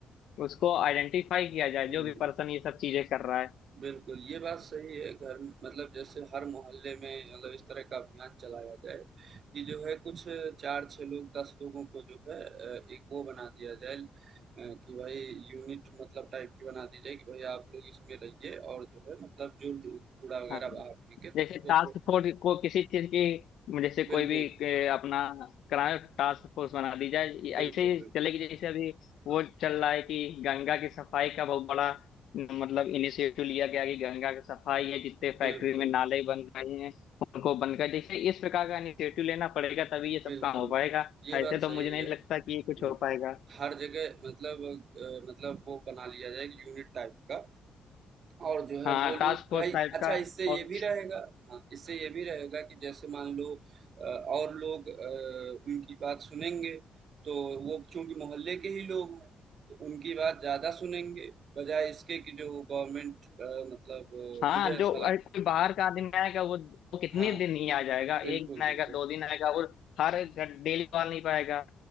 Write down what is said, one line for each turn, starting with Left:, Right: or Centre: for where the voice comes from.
Left: उसको आइडेंटिफाई किया जाए जो
Right: हुँ।
Left: भी पर्सन ये सब चीजें कर रहा है
Right: बिल्कुल, ये बात सही है घर मतलब जैसे हर मोहल्ले में मतलब इस तरह का अभियान चलाया जाए कि जो है कुछ 4-6 लोग 10 लोगों को जो है अ, एक वो बना दिया जाए अ, कि भाई यूनिट मतलब टाइप की बना दी जाए कि भाई आप लोग इसमें रहिए और जो है मतलब जो लोग कूड़ा वगैरह
Left: हाँ
Right: बाहर फेंके
Left: जैसे
Right: उनको
Left: टास्क
Right: थोड़ा
Left: फोर्स को किसी चीज की जैसे कोई
Right: बिल्कुल,
Left: भी के अपना कराए टास्क फोर्स बना दी जाए ये
Right: बिल्कुल,
Left: ऐसे ही
Right: बिल्कुल,
Left: चलेगी जैसे अभी वो चल रहा है कि गंगा की सफाई का बहुत बड़ा न, मतलब इनिशिएटिव लिया गया कि गंगा की सफाई है जितने फैक्ट्री
Right: बिल्कुल,
Left: में नाले बन रहे हैं उनको बंद कर जैसे इस प्रकार का इनिशिएटिव लेना पड़ेगा तभी ये
Right: बिल्कुल।
Left: सब काम हो पाएगा
Right: ये
Left: ऐसे
Right: बात सही
Left: तो मुझे नहीं
Right: है।
Left: लगता कि
Right: हुँ।
Left: ये कुछ हो पाएगा
Right: हर जगह मतलब अ, मतलब वो बना लिया जाए यूनिट टाइप का और जो है
Left: हाँ
Right: वो
Left: टास्क
Right: लोग
Left: फोर्स
Right: भाई
Left: टाइप
Right: अच्छा
Left: का
Right: इससे ये
Left: और
Right: भी रहेगा हाँ, इससे ये भी रहेगा कि जैसे मान लो अ, और लोग अ, उनकी बात सुनेंगे तो वो चूंकि मोहल्ले के ही लोग हैं तो उनकी बात ज़्यादा सुनेंगे बजाय इसके कि जो गवर्नमेंट मतलब अ, मतलब,
Left: हाँ
Right: मुझे ऐसा
Left: जो अरे
Right: लगता
Left: कोई बाहर का आदमी आएगा वो वो कितने
Right: हाँ
Left: दिन ही आ जाएगा एक
Right: बिल्कुल
Left: दिन आएगा
Right: बिल्कुल
Left: दो दिन आएगा और हर डेली आ नहीं पाएगा